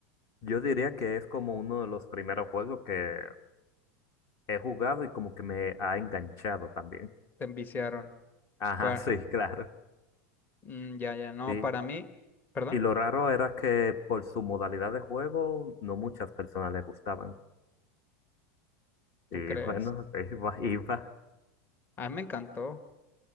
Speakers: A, on the left (about 40°); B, on the left (about 25°).
A: Yo diría que es como uno de los primeros juegos que he jugado y como que me ha enganchado también.
B: Te enviciaron.
A: Ajá,
B: Fue-
A: <laughs> sí, claro.
B: mm, ya, ya, no,
A: sí
B: para mí, perdón,
A: y lo raro era que por su modalidad de juego no muchas personas les gustaban.
B: ¿tú
A: Y
B: crees?
A: bueno, <laughs> iba, iba.
B: A mí me encantó.